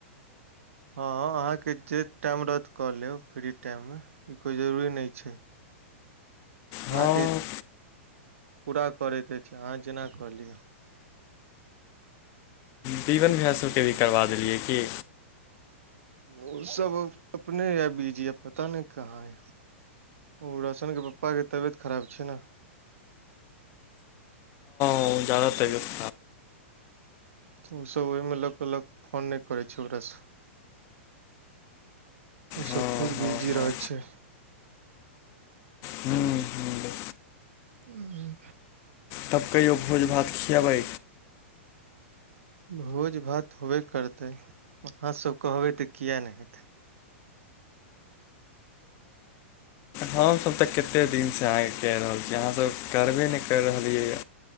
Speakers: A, on the right; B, on the left.
A: हँ अहाँके जे टाइम रहत कऽ लेब फ्री टाइममे, ई कोइ जरूरी नहि छै। अहाँके
B: हँ
A: पूरा करयके छै अहाँ जेना कऽ ली।
B: जीवन भैया सभके भी करबा देलियै की?
A: ओ सब अपने य बीजि पता नहि कहाँ य? ओ रौशनके पप्पाके तबियत खराब छै ने!
B: ओ, ज्यादा तबीयत?
A: ओ सभ ओहि मे लोकऽ <unintelligible> लोक फोन नहि करै छै ओकरासँ ओ सब
B: हँ
A: खुद
B: हँ
A: बिजी
B: हँ
A: रहेै छै।
B: ह्म ह्म
A: हॅं
B: तब कहियौ, भोज-भात खियबै?
A: भोज-भात होबे करतै, अहाँ सब कहबे तऽ किया नहि हेतै!
B: हम सब तऽ कते दिनसँ अहाँके कहि रहल छी, अहाँ सभ करबे नहि करि रहलियैए!